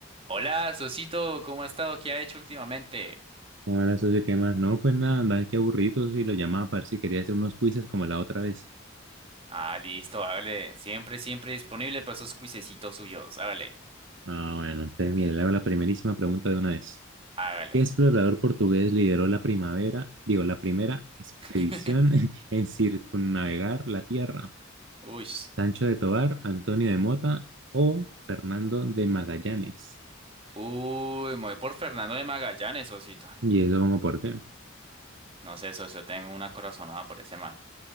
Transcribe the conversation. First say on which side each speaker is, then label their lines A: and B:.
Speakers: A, on the right; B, on the right.
A: Hola, Sosito, ¿cómo ha estado? ¿Qué ha hecho últimamente?
B: Ahora, socio, ¿qué más? No, pues nada, andaba que aburrido y lo llamaba para ver si quería hacer unos quizzes como la otra vez.
A: Ah, listo, hágale. Siempre, siempre disponible para esos cuisecitos suyos. Hágale,
B: Ah, bueno, entonces mire, le hago la primerísima pregunta de una vez.
A: hágale.
B: ¿Qué explorador portugués lideró la primavera, digo, la primera expedición
A: <laughs>
B: <laughs> en circunnavegar la Tierra?
A: Uy,
B: ¿Sancho de Tobar, Antonio de Mota o Fernando de Magallanes?
A: uy, me voy por Fernando de Magallanes, Sosito.
B: ¿Y eso como por qué?
A: No sé, socio, tengo una corazonada por ese man.